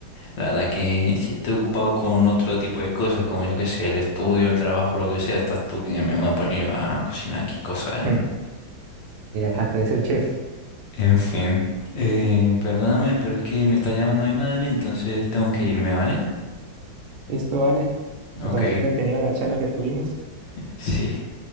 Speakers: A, on the left; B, on the right.
A: la verdad que si estoy ocupado con otro tipo de cosas, como yo qué sé, el estudio, el trabajo, lo que sea, estás tú que me voy a poner yo a cocinar aquí cosas
B: <laughs>
A: en...
B: sí a través el chef.
A: En fin. Eh, perdóname, pero es que me está llamando mi madre, entonces tengo que irme, ¿vale?
B: Esto vale.
A: Ok,
B: Me pareció entretenido la charla que tuvimos.
A: <laughs> sí.